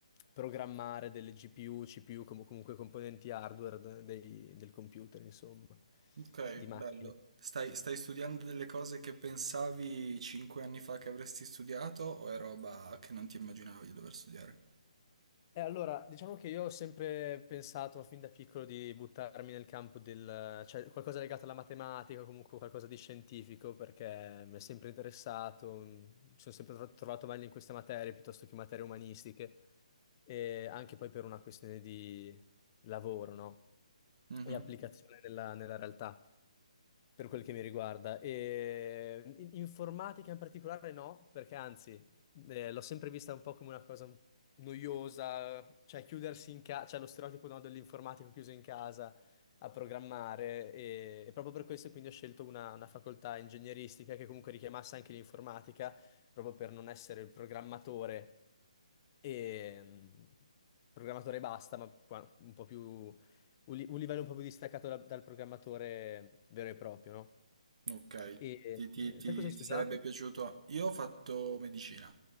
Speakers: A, on the left (about 30°); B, on the right (about 55°).
A: programmare delle GPU, CPU, com- comunque componenti hardware de- dei- del computer, insomma,
B: Ok,
A: di macchine.
B: bello. Stai, stai studiando delle cose che pensavi cinque anni fa che avresti studiato o è roba che non ti immaginavi di dover studiare?
A: E allora, diciamo che io ho sempre pensato fin da piccolo di buttarmi nel campo del, cioè qualcosa legato alla matematica, o comunque qualcosa di scientifico, perché mi è sempre interessato, mi sono sempre tro- trovato meglio in queste materie piuttosto che materie umanistiche e anche poi per una questione di lavoro, no?
B: Mhm,
A: E applicazione nella, nella realtà, per quel che mi riguarda. E in- informatica in particolare no, perché anzi, eh, l'ho sempre vista un po' come una cosa noiosa, cioè chiudersi in casa, cioè lo stereotipo no, dell'informatico chiuso in casa a programmare e, e proprio per questo quindi ho scelto una, una facoltà ingegneristica che comunque richiamasse anche l'informatica proprio per non essere il programmatore e mm, programmatore basta, ma qua- un po' più un, li- un livello un po' più distaccato da- dal programmatore vero e proprio, no?
B: Ok,
A: E
B: ti, ti-
A: eh,
B: ti-
A: te cosa hai
B: ti
A: studiato?
B: sarebbe piaciuto? Io ho fatto medicina,